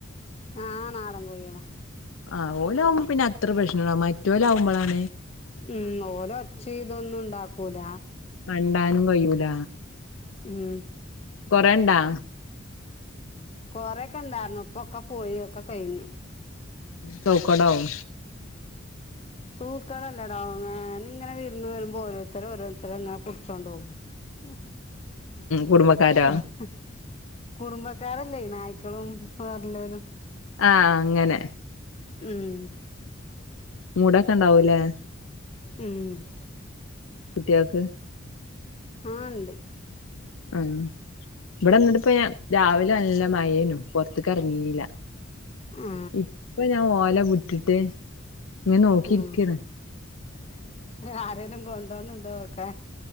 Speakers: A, on the left; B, on the left.
A: ആഹ് നാടൻ കോഴികള
B: ആഹ് ഓല് ആകുമ്പോ പിന്നെ അത്ര പ്രശ്നുണ്ടാവില്ല മറ്റൊല് ആകുമ്പോളാണ്
A: ഉം ഓല് ഒച്ച ഇതൊന്നും ഇണ്ടാക്കൂല
B: മണ്ടാനും കഴിയൂല
A: ഉം
B: കൊറയിണ്ടാ
A: കൊറെക്കെ ഇണ്ടായിരുന്നു ഇപ്പൊക്കെ പോയിയൊക്കെ കഴിഞ്ഞു
B: സോക്കടവും
A: സൂക്കടല്ലടാ ഇത് ഇങ്ങെ വിരുന്ന് വരുമ്പോൾ ഓരോരുത്തര് ഓരോരുത്തരും ഇങ്ങനെ പുടിച്ചൊണ്ടൊ കും <inaudible>
B: കുടുംബക്കാരോ
A: കുടുംബക്കാരല്ലേ നായ്ക്കളും വേറെല്ലൊരും
B: ആഹ്അങ്ങനെ
A: ഉം
B: മൂടൊക്കെ ഇണ്ടാവൂല്ലേ
A: ഉം
B: കുട്വാൾക്ക്
A: ആഹ് ഇണ്ടയ്
B: ഉം ഇവിടെന്നിട്ടപ്പ രാവിലെ നല്ല മഴേ ന്നു പൊറത്തക്ക് എറങ്ങില്ല
A: ആ
B: ഇപ്പ ഞാൻ ഓല വിട്ടിട്ട് ഇങ്ങനെ നോക്കിരിക്കാണ്
A: ഉം ആരേലും കൊണ്ടോന്നിണ്ടോ ഓക്കാൻ